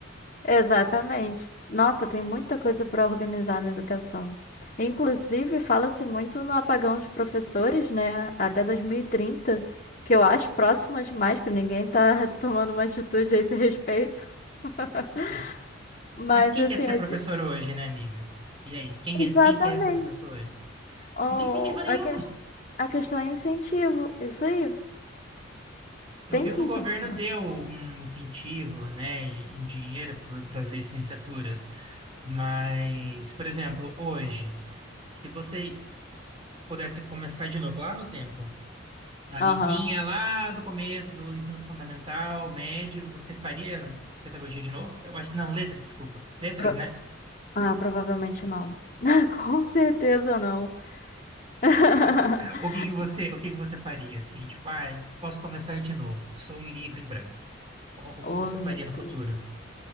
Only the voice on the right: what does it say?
Hum.
Mas quem
quer ser
professor hoje, né, amiga? E aí, quem,
é- quem quer ser professor hoje?
Não tem incentivo nenhum.
Eu
vi
que o governo
deu um incentivo, né, em dinheiro para as licenciaturas. Mas, por exemplo, hoje, se você pudesse começar de novo lá no tempo, a amiguinha
lá do começo do ensino fundamental, médio, você faria pedagogia de novo? Eu acho, não, letra, desculpa. Letras,
né?
O que que você, o que que você faria assim, tipo, ai, posso começar de novo. Sou um livro em branco. O, o
que você
faria no futuro?